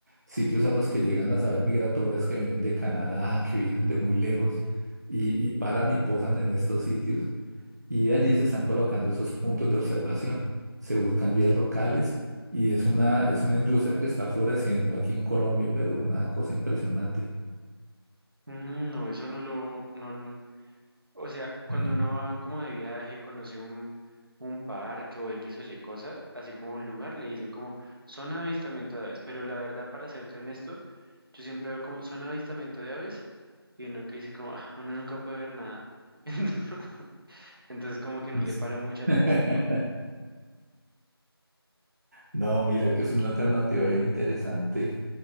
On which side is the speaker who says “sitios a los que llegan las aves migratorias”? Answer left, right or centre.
Right